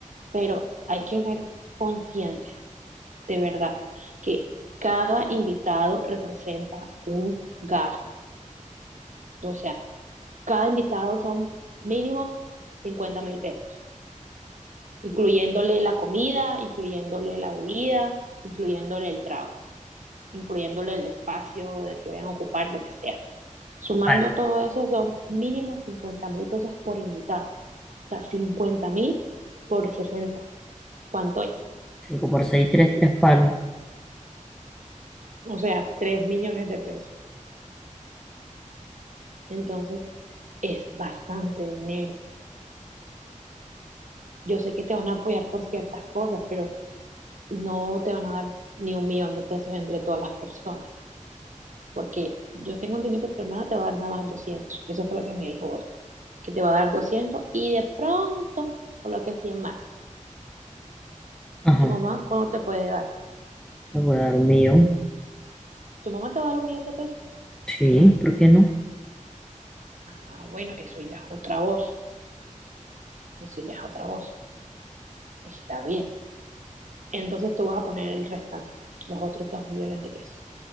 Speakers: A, on the right; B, in the centre.
A: pero hay que ser conscientes, de verdad, que cada invitado representa gasto, o sea, Cada invitado son mínimo cincuenta mil pesos, incluyéndole la comida, incluyéndole la bebida, incluyéndole el trago, incluyéndole el espacio de que vayan a ocupar, lo que sea. Sumando
B: vale,
A: todo eso son mínimo cincuenta mil pesos por invitado. O sea, cincuenta mil por sesenta ¿Cuánto es?
B: 5 por seis tres tres palos.
A: O sea, tres millones de pesos. Entonces, es bastante dinero. Yo sé que te van a apoyar por ciertas cosas, pero no te van a dar ni un millón de pesos entre todas las personas. porque yo tengo entendido que tu hermana te va a dar nada más doscientos Eso fue lo que me dijo hoy, que te va a dar 200 y de pronto coloque 100 más.
B: Ajá,
A: ¿Tu mamá cuándo te puede dar?
B: te voy a dar un millón.
A: ¿Tu mamá te va a dar un millón de pesos?
B: Sí, ¿por qué no?
A: Ah, bueno, eso ya es otra voz, eso ya es otra voz. Está bien. Entonces tú vas a poner el restante, los otros dos millones de pesos.